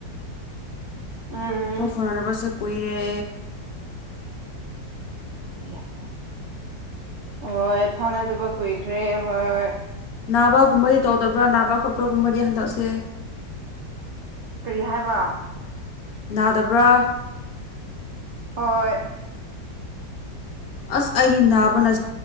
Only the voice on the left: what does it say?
ꯄꯥꯎ ꯐꯥꯎꯅꯗꯕꯁꯨ ꯀꯨꯏꯔꯦ
ꯅꯥꯕꯒꯨꯝꯕꯗꯤ ꯇꯧꯗꯕ꯭ꯔꯥ ꯅꯥꯕ ꯈꯣꯠꯄꯒꯨꯝꯕꯗꯤ ꯍꯟꯗꯛꯁꯦ
ꯅꯥꯗꯕ꯭ꯔꯥ
ꯑꯁ ꯑꯩꯗꯤ ꯅꯥꯕꯅ